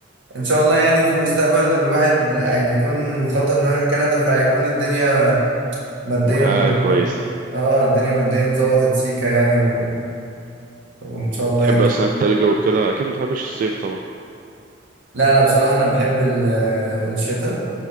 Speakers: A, on the right; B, on the right.
A: ان شاء الله يعني في المستقبل الواحد هيكون مخطط انه يروح كندا فهيكون الدنيا ماديا
B: معاها
A: ظبط
B: كويسة
A: اه الدنيا ماديا ظبطت سيكا يعني و... وان شاء الله
B: تحب
A: يعني
B: أصلا التلج وكده أكيد متحبش الصيف طبعا
A: لا انا بصراحه انا بحب ال- آه، الشتاء